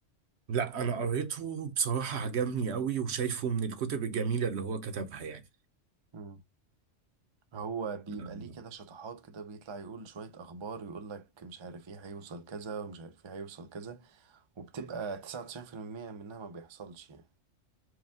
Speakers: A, on the right; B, on the right.
A: لا انا قريته بصراحة عجبني قوي وشايفه من الكتب الجميلة اللي هو كتبها يعني
B: مم. هو بيبقى
A: أمم.
B: ليه كده شطحات كده بيطلع يقول شويه اخبار يقول لك مش عارف ايه هيوصل كذا ومش عارف ايه هيوصل كذا وبتبقى 99% منها ما بيحصلش يعني